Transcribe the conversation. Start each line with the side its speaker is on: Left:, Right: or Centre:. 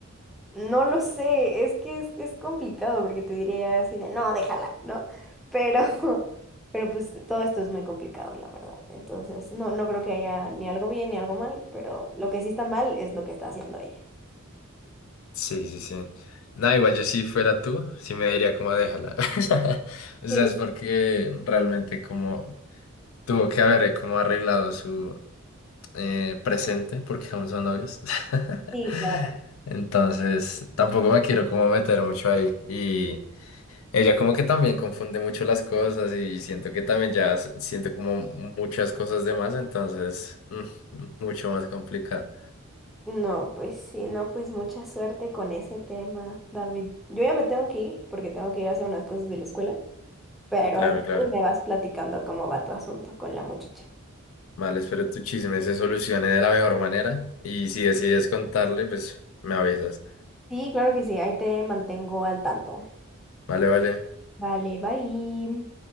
Centre: no lo sé, es que es, es complicado porque te diría así de, no, déjala, ¿no? Pero, <laughs> pero pues todo esto es muy complicado, la verdad. Entonces, no, no creo que haya ni algo bien ni algo mal, pero lo que sí está mal es lo que está haciendo ella.
Left: Sí, sí, sí. Nada, igual yo si fuera tú, sí me diría como déjala. <laughs> O
Centre: Sí,
Left: sea, es porque realmente como tuvo que haber como arreglado su, eh, presente porque aún son novios. <laughs>
Centre: sí, claro.
Left: Entonces, tampoco me quiero como meter mucho ahí. Y ella como que también confunde mucho las cosas y siento que también ya s- siente como muchas cosas de más, entonces, mm, mucho más complicado.
Centre: No, pues sí, no, pues mucha suerte con ese tema, David. Yo ya me tengo que ir porque tengo que ir a hacer unas cosas de la escuela. pero
Left: Claro,
Centre: si
Left: claro.
Centre: quieres me vas platicando cómo va tu asunto con la muchacha.
Left: Vale, espero tu chisme se solucione de la mejor manera y si decides contarle, pues me avisas.
Centre: Sí, claro que sí, ahí te mantengo al tanto.
Left: Vale, vale.
Centre: Vale, bye.